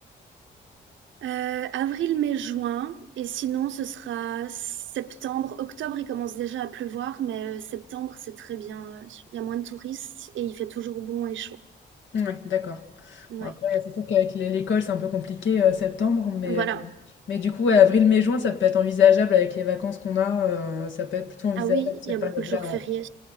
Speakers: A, on the right; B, on the left.
A: Euh, avril, mai, juin, et sinon ce sera septembre. Octobre, il commence déjà à pleuvoir, mais euh, septembre, c'est très bien. ouais. Il y a moins de touristes et il fait toujours bon et chaud.
B: Ouais, d'accord.
A: Ouais.
B: Bon, après, c'est sûr qu'avec l'é l'école, c'est un peu compliqué, euh, septembre, mais,
A: Voilà.
B: euh, mais du coup, ouais, avril, mai, juin, ça peut être envisageable avec les vacances qu'on a, euh, ça peut être plutôt envisageable
A: Ah oui,
B: cette
A: il y a
B: période-là,
A: beaucoup de jours fériés.
B: ouais.